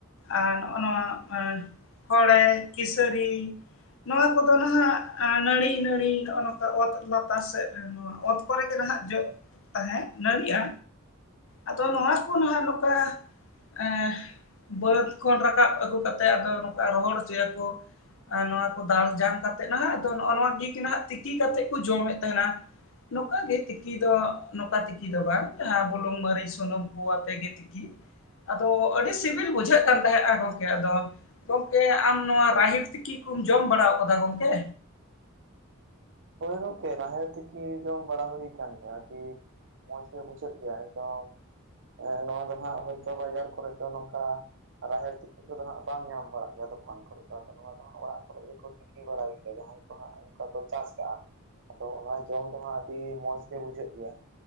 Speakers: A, on the left (about 65°); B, on the right (about 60°).
A: ᱟᱨ ᱱᱚᱜᱼᱚ ᱱᱚᱣᱟ ᱦᱚᱲᱮᱡ, ᱠᱤᱥᱟᱹᱨᱤ ᱱᱚᱣᱟ ᱠᱚᱫᱚ ᱱᱟᱦᱟᱜ ᱱᱟᱹᱲᱤ ᱱᱟᱹᱲᱤ ᱱᱚᱜᱼᱚ ᱱᱚᱠᱟ ᱚᱛ ᱞᱟᱛᱟᱨ ᱥᱮᱫ ᱨᱮ ᱱᱚᱣᱟ ᱚᱛ ᱠᱚᱨᱮ ᱜᱮ ᱫᱟᱦᱟᱜ ᱡᱚᱜ ᱛᱟᱦᱮᱸᱜ ᱱᱟᱹᱲᱤᱜᱼᱟ? ᱟᱫᱚ ᱱᱚᱣᱟ ᱠᱷᱚᱱ ᱦᱟᱸᱜ ᱱᱚᱠᱟ ᱮᱜ ᱵᱟᱹᱫᱽ ᱠᱷᱚᱱ ᱨᱟᱠᱟᱵ ᱟᱹᱜᱩ ᱠᱟᱛᱮᱜᱫᱚ ᱱᱚᱝᱠᱟ ᱨᱚᱦᱚᱲ ᱦᱚᱪᱚᱭᱟ ᱠᱚ ᱟᱨ ᱱᱚᱣᱟ ᱠᱚ ᱫᱟᱞ ᱡᱟᱝ ᱠᱟᱛᱮᱜ ᱱᱟᱜ ᱟᱫᱚ ᱱᱚᱜᱼᱚ ᱜᱤ ᱛᱤᱠᱤ ᱠᱟᱛᱮᱜ ᱠᱚ ᱡᱚᱢᱮᱫ ᱛᱟᱦᱮᱱᱟ᱾ ᱱᱚᱝᱠᱟᱜᱮ ᱛᱤᱠᱤ ᱫᱚ, ᱱᱚᱝᱠᱟ ᱛᱤᱠᱤ ᱫᱚ ᱵᱟᱝ ᱵᱩᱞᱩᱝ ᱢᱟᱨᱤ ᱥᱩᱱᱩᱢ ᱠᱚ ᱟᱛᱮᱜᱮ ᱛᱤᱠᱤ, ᱟᱫᱚ ᱟᱹᱰᱤ ᱥᱤᱵᱤᱞ ᱵᱩᱡᱷᱟᱹᱜ ᱠᱟᱱ ᱛᱟᱦᱮᱸᱼᱟ ᱜᱚᱝᱠᱮ, ᱟᱫᱚ ᱜᱚᱢᱠᱮ ᱟᱢ ᱱᱚᱣᱟ ᱨᱟᱦᱤᱲ ᱛᱤᱠᱤ ᱠᱚᱢ ᱡᱚᱢ ᱵᱟᱲᱟ ᱟᱠᱟᱫᱟ ᱜᱚᱢᱠᱮ?
B: ᱦᱳᱭ ᱜᱚᱢᱠᱮ ᱨᱟᱦᱮᱲ ᱛᱮᱠᱤ ᱡᱚᱢ ᱵᱟᱲᱟ ᱦᱩᱭ ᱠᱟᱱ ᱜᱮᱭᱟ, ᱟᱹᱰᱤ ᱢᱚᱸᱡᱽᱜᱮ ᱵᱩᱡᱷᱟᱹᱜ ᱜᱮᱭ ᱮᱠᱫᱚᱢ ᱱᱚᱣᱟ ᱫᱚ ᱦᱟᱸᱜ ᱦᱚᱭᱛᱳ ᱵᱟᱡᱟᱨ ᱠᱚᱨᱮ ᱫᱚ ᱱᱚᱝᱠᱟ ᱨᱟᱦᱮᱲ ᱛᱤᱠᱤ ᱠᱚᱫᱚ ᱦᱟᱸᱜ ᱵᱟᱝ ᱧᱟᱢ ᱵᱟᱲᱟᱜ ᱜᱮᱭᱟ ᱫᱚᱠᱟᱱ ᱠᱚᱨᱮ ᱫᱚ ᱟᱫᱚ ᱱᱚᱣᱟ ᱫᱚ ᱦᱟᱜ ᱚᱲᱟᱜ ᱠᱚᱨᱮ ᱜᱮᱠᱚ ᱛᱤᱠᱤ ᱵᱟᱲᱟᱭᱮᱭᱟ ᱡᱟᱦᱟᱸᱭ ᱠᱚ ᱱᱚᱜ-ᱠᱟ ᱠᱚ ᱪᱟᱥ ᱠᱟᱜᱼᱟ, ᱟᱫᱚ ᱚᱱᱟ ᱡᱚᱢ ᱫᱚ ᱦᱟᱸᱜ ᱟᱹᱰᱤ ᱢᱚᱸᱡᱽ ᱜᱮ ᱵᱩᱡᱷᱟᱹᱜ ᱜᱮᱭᱟ